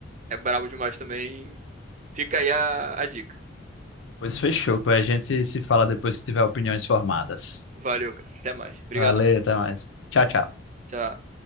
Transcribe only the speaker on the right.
é brabo demais também. Fica aí a, a dica.
Valeu, cara. Até mais. Obrigadão.
Tchau.